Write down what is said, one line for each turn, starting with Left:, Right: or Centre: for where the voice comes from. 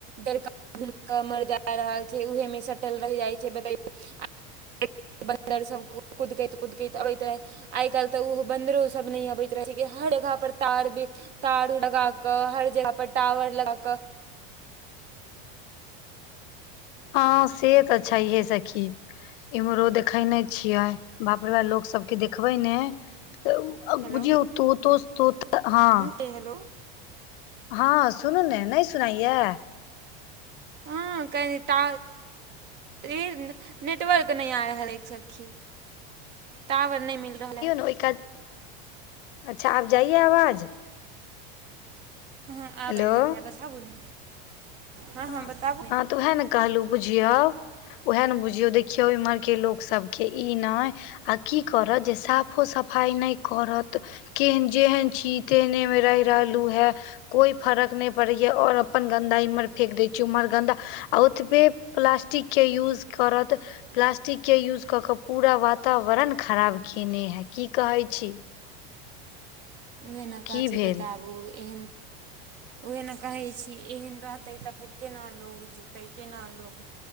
Right: डर का, घुम के मर जाय रहल छै, उहे मे सटल रैह जाय छै, बतैयो आ बन्दर सब कुदकैत-कुदकैत अबैत रहै। आय-काएल तऽ उहो बन्दरो सब नै अबैत रहै छै कि हर जगह पर तार बी तार लगा कऽ, हर जगह पर टावर लगा कऽ
Left: हां से तऽ छैहये सखी। इम्हरो देखै नै छियै बाप रे बा लोक सबके देखबै नै तऽ उ अ
Right: हेलो
Left: बुझियौ तो-तो-तो-त हां।
Right: ए हेलो।
Left: हां सुनू ने, नै सुनायया।
Right: हां कनि टा री नेटवर्क नै आ रहले सखी। टावर नै मिल रहलै।
Left: ओय कात, अच्छा आब जायया अवाज।
Right: हां आब
Left: हेलो
Right: रहल है बताबु ने। हँ
Left: हां,
Right: हँ बताबू
Left: हां तऽ उहाए ने कहलु बुझयौ उहाए न बुझयौ देखियौ इम्हर के लोक सबके ई नै आ की करत जे साफो-सफाई नै करत। केहन जेहन छी तेहने मे रैह रहलु हय। कोई फरक नै पड़ैया और अपन गन्दा इम्हर फेक दै छी उम्हर गन्दा आ ओतबे प्लास्टिक के यूज करत। प्लास्टिक के यूज कऽ कऽ पूरा वातावरण खराब केने हए की कहै छी।
Right: उहे न
Left: की
Right: काची
Left: भेल
Right: बताबु एहेन उहे न कहै छी एहन रहतै तऽ फेर केना लोग जीतै केना लोग